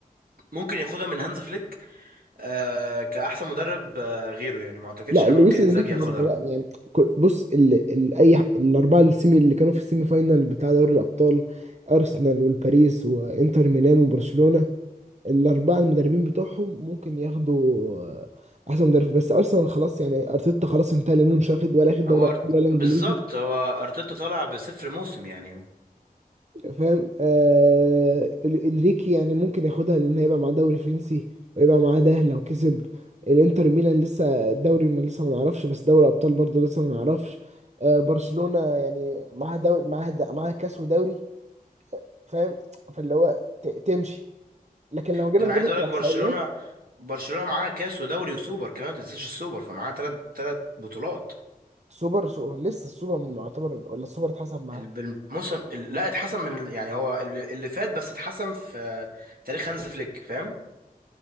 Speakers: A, on the right (about 70°); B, on the right (about 50°).
A: ممكن ياخدها من هانز فليك آه كاحسن مدرب آه غيره يعني ما اعتقدش
B: لا
A: ان
B: لويس
A: ممكن انزاجي
B: انريكي
A: ياخدها
B: برضه لا يعني ك- بص ال... ال... اي الاربعه السيمي اللي كانوا في السيمي فاينال بتاع دوري الابطال ارسنال والباريس وانتر ميلان وبرشلونه الاربعه المدربين بتوعهم ممكن ياخدوا آه، احسن مدرب بس ارسنال خلاص يعني ارتيتا خلاص انتهى لانه مش واخد ولا اخد دوري
A: هو
B: ابطال
A: أرت-
B: ولا انجليزي
A: بالظبط هو ارتيتا طالع بصفر موسم يعني
B: فاهم آه ال- انريكي يعني ممكن ياخدها لان هيبقى معاه دوري فرنسي ويبقى معاه ده لو كسب الانتر ميلان لسه الدوري ما لسه ما نعرفش بس دوري ابطال برضه لسه ما نعرفش آه برشلونة يعني معاها دوري معاها د- معاها كاس ودوري فاهم فاللي هو ت- تمشي لكن لو جينا
A: ده انا
B: نجيبها
A: عايز اقول
B: كاحصائيات
A: لك برشلونة برشلونة معاها كاس ودوري وسوبر كمان ما تنساش السوبر فمعاها ثلاث ثلاث بطولات
B: سوبر سو لسه السوبر معتبر ولا السوبر اتحسب معاه
A: ال- بالموسم ال- لا اتحسم من ال- يعني هو اللي اللي فات بس اتحسم في تاريخ هانز فليك فاهم